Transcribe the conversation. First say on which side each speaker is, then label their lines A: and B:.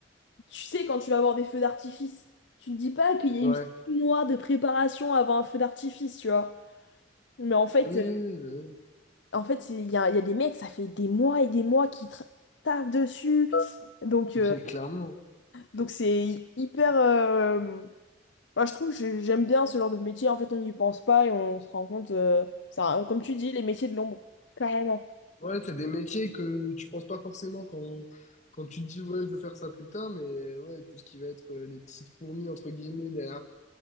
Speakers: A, on the left; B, on the left.
A: Tu sais, quand tu vas voir des feux d'artifice, tu ne dis pas qu'il y a
B: Ouais.
A: eu six mois de préparation avant un feu d'artifice, tu vois. Mais en fait,
B: Ah oui,
A: euh,
B: oui,
A: en fait, c'est- il y a, il y a des mecs, ça fait des mois et des mois qui tra- taffent dessus. Donc,
B: oui.
A: euh,
B: Mais clairement.
A: donc c'est hyper. euh, moi, je trouve que j'ai- j'aime bien ce genre de métier. En fait, on n'y pense pas et on se rend compte. euh, ça, comme tu dis, les métiers de l'ombre. Carrément.
B: Ouais, c'est des métiers que tu penses pas forcément quand, quand tu te dis, ouais, je veux faire ça plus tard, mais ouais, tout ce qui va être euh, les petites fourmis, entre guillemets, derrière